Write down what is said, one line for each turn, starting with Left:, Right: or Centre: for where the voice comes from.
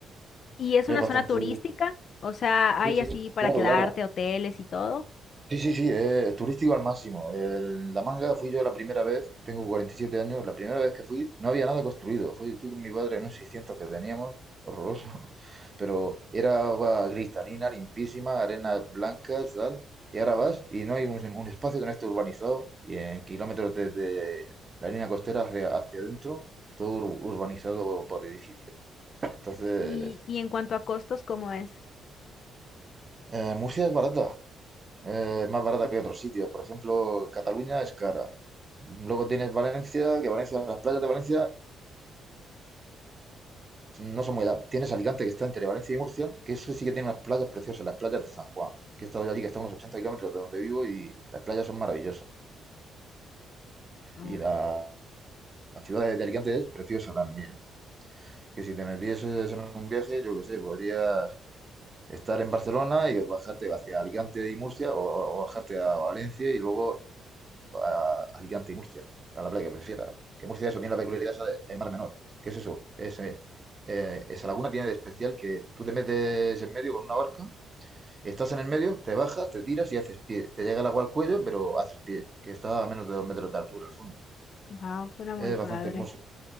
Left: Y es
Right: Es
Left: una
Right: bastante...
Left: zona turística, o sea, hay
Right: Sí, sí,
Left: así para
Right: claro,
Left: quedarte,
Right: claro.
Left: hoteles y todo.
Right: Sí, sí, sí, eh, turístico al máximo. El- la manga fui yo la primera vez, tengo 47 años, la primera vez que fui no había nada construido. Fui, fui con mi padre en un 600 que teníamos, horroroso, <laughs> pero era agua cristalina, limpísima, arenas blancas, tal. Y ahora vas y no hay un, un espacio que no esté urbanizado y en kilómetros desde la línea costera hacia, hacia adentro, todo ur- urbanizado por edificios. Entonces,
Left: Y, y en cuanto a costos, ¿cómo es?
Right: eh, Murcia es barata, eh, más barata que otros sitios. Por ejemplo, Cataluña es cara. Luego tienes Valencia, que Valencia, las playas de Valencia no son muy da. Tienes Alicante, que está entre Valencia y Murcia, que eso sí que tiene unas playas preciosas, las playas de San Juan, que he estado yo allí, que está a unos 80 kilómetros de donde vivo y las playas son maravillosas.
Left: Ok.
Right: Y la, la ciudad de, de Alicante es preciosa también. Que si te metieses en un viaje, yo qué sé, podrías estar en Barcelona y bajarte hacia Alicante y Murcia o, o bajarte a Valencia y luego a Alicante y Murcia, a la playa que prefieras. Que Murcia eso tiene la peculiaridad esa de- el mar menor. ¿Qué es eso? Es, eh, eh, esa laguna tiene de especial que tú te metes en medio con una barca, estás en el medio, te bajas, te tiras y haces pie. Te llega el agua al cuello, pero haces pie, que está a menos de dos metros de altura el fondo.
Left: Wow, suena muy
Right: Es
Left: padre.
Right: bastante hermoso.